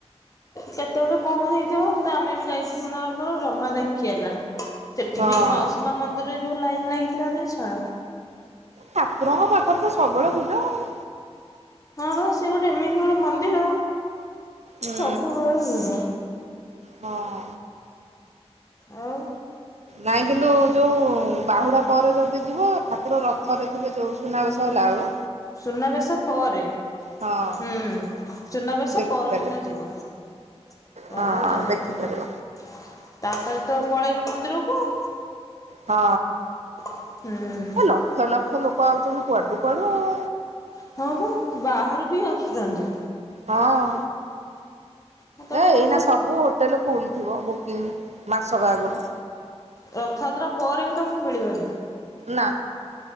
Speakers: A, on the left (about 30°); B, on the right (about 85°).
A: କେତେବେଳୁ କଣ ହେଇଥିବ କିନ୍ତୁ ଆମେ ବି ଯାଇଥିଲୁ ନରମର ଜମା ଦେଖି ହେଲାନି। ସେଠି
B: ହଁ
A: ବି ତୋ ମାଉସୀ ମା ମନ୍ଦିରରେ ଯୋଉ ଲାଇନ୍ ଲାଗିଥିଲା ଯେ ଛାଳ।
B: ଠାକୁରଙ୍କ ପାଖରେ ତ ସବବେଳେ ଭିଡ ଆଉ।
A: ହଁ ବା ସିଏ ଗୋଟେ ଏମିତି ଗୋଟେ ମନ୍ଦିର।
B: ହୁଁ
A: ସବୁବେଳେ ଭିଡ
B: ହଁ।
A: ଆଉ।
B: ନାଇଁ କିନ୍ତୁ ଯୋଉ ବାହୁଡା ପରେ ଯଦି ଯିବ ଠାକୁର ରଥରେ ଥିବେ ଯୋଉ ସୁନାବେସ ହେଲା ଆଉ।
A: ସୁନାବେଶ ପରେ
B: ହଁ
A: ହୁଁ। ସୁନାବେଶ
B: ଦେଖିପାରିବ
A: ପରଦିନ ଯିବ। <unintelligible>
B: ହଁ ଦେଖିପାରିବ
A: ତାପରେ ତ ପଳେଇବେ ମନ୍ଦିରକୁ ଆଉ।
B: ହଁ।
A: ହୁଁ।
B: ଏ ଲକ୍ଷ ଲକ୍ଷ ଲୋକ ଆଉଛନ୍ତି କୁଆଡୁ କୁଆଡୁ ଆଉ।
A: ହଁ ବା ବାହାରୁ ବି ଆଶୁଛନ୍ତି।
B: ହଁ
A: ଆଉ ତମେ
B: ଏ ଏଇନା
A: କଣ କର
B: ସବୁ ହୋଟେଲ ଫୁଲ ଥିବ ବୁକିଂ। ମାସକ ଆଗରୁ।
A: ରଥଯାତ୍ରା ପରେ ବି ତମକୁ ମିଳିବନି।
B: ନା।